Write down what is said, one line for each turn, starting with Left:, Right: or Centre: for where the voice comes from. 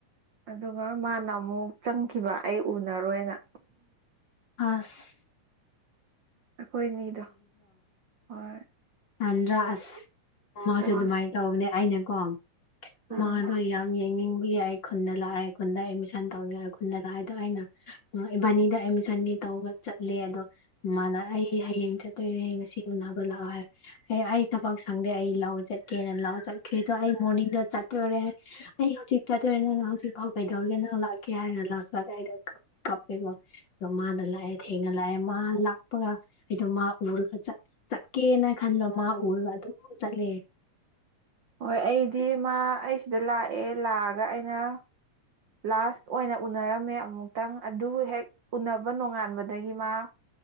Right: ꯑꯗꯨꯒ ꯃꯥꯅ ꯑꯃꯨꯛ ꯆꯪꯈꯤꯕ ꯑꯩ ꯎꯅꯔꯣꯏꯅ
Left: ꯑꯁ
Right: ꯑꯩꯈꯣꯏ ꯑꯅꯤꯗꯣ ꯍꯣꯏ
Left: ꯑꯟꯗ꯭ꯔꯥ ꯑꯁ ꯑꯃꯁꯁꯨ
Right: ꯑꯗꯨ
Left: ꯑꯗꯨꯃꯥꯏꯅ ꯇꯧꯕꯅꯦ ꯑꯩꯅꯀꯣ
Right: ꯑꯥ
Left: ꯃꯥꯗꯣ ꯌꯥꯝ ꯌꯦꯡꯅꯤꯡꯕ ꯌꯥꯏ ꯑꯩ ꯈꯨꯟꯗ ꯂꯥꯛꯑꯦ ꯈꯨꯟꯗ ꯑꯦꯗꯃꯤꯁꯟ ꯇꯧꯅꯤꯡꯦ ꯈꯨꯟꯗ ꯂꯥꯛꯑꯦꯗꯣ ꯑꯩꯅ ꯏꯕꯥꯅꯤꯗ ꯑꯦꯗꯃꯤꯁꯟꯅꯤ ꯇꯧꯕ ꯆꯠꯂꯦ ꯑꯗꯣ ꯃꯥꯅ ꯑꯩ ꯍꯌꯦꯡ ꯆꯠꯇꯣꯏꯔꯦ ꯉꯁꯤ ꯎꯅꯕ ꯂꯥꯛꯑꯣ ꯍꯥꯏꯔ ꯑꯦ ꯑꯩ ꯊꯕꯛ ꯁꯪꯗꯦ ꯑꯩ ꯂꯥꯎ ꯆꯠꯀꯦꯅ ꯂꯥꯎ ꯆꯠꯈ꯭ꯔꯦ ꯑꯗꯣ ꯑꯩ ꯃꯣꯔꯅꯤꯡꯗꯣ ꯆꯠꯇꯣꯔꯦ ꯑꯩ ꯍꯧꯖꯤꯛ ꯆꯥꯗꯣꯏꯔꯦ ꯅꯪꯅ ꯍꯧꯖꯤꯛꯐꯥꯎ ꯀꯩꯗꯧꯔꯒꯦ ꯅꯪ ꯂꯥꯛꯀꯦ ꯍꯥꯏꯔꯅ ꯂꯥꯛꯄ ꯑꯗꯨꯋꯥꯏꯗ ꯀꯞꯄꯦꯀꯣ ꯑ ꯃꯥꯅ ꯂꯥꯛꯑꯦ ꯊꯦꯡꯅ ꯂꯥꯛꯑꯦ ꯃꯥ ꯂꯥꯛ ꯀꯄꯒ ꯑꯩꯗꯣ ꯃꯥ ꯎꯔꯒ ꯆꯠꯀꯦꯅ ꯈꯟꯕ ꯃꯥ ꯎꯔꯒ ꯑꯗꯨꯝ ꯆꯠꯂꯦ
Right: ꯍꯣꯏ ꯑꯩꯗꯤ ꯃꯥ ꯑꯩꯁꯤꯗ ꯂꯥꯛꯑꯦ ꯂꯥꯛꯑꯒ ꯑꯩꯅ ꯂꯥꯁ ꯑꯣꯏꯅ ꯎꯅꯔꯝꯃꯦ ꯑꯃꯨꯛꯇꯪ ꯑꯗꯨ ꯍꯦꯛ ꯎꯅꯕ ꯅꯣꯉꯥꯟꯕꯗꯒꯤ ꯃꯥ